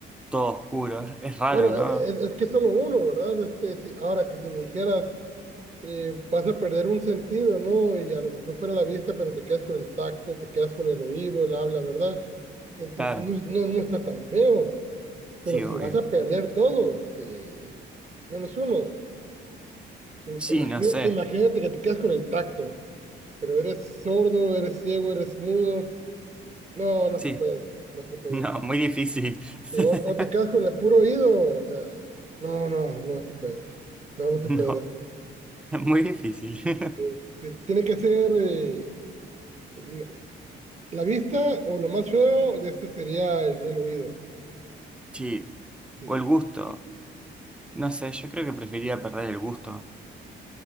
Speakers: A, in the centre; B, on the right (about 35°).
A: todo oscuro. Es, es raro,
B: Bueno,
A: ¿no?
B: e- e- es, que solo uno, ¿verdad? Este, si ahora que si me dijeras, eh, vas a perder un sentido, ¿no? Y a lo mejor fuera la vista, pero te quedas con el tacto, te quedas con el oído, el habla, ¿verdad? Entonces
A: Claro,
B: no, no, no está tan feo, pero
A: sí,
B: si
A: obvio.
B: vas a perder todos, eh, menos uno, im-
A: Sí,
B: imagi-
A: no sé.
B: imagínate que te quedas con el tacto, pero eres sordo, eres ciego, eres mudo, no, no
A: Sí,
B: se puede, no
A: <laughs>
B: se puede.
A: no, muy difícil. <laughs>
B: de- o, o te quedas con el puro oído, o sea, no, no, no se puede, no, no se
A: No,
B: puede.
A: muy difícil.
B: Eh,
A: <laughs>
B: eh, Tiene que ser eh, la, la vista o lo más feo de este sería el, el oído.
A: Sí,
B: Sí,
A: o el gusto. No sé, yo creo que preferiría perder el gusto.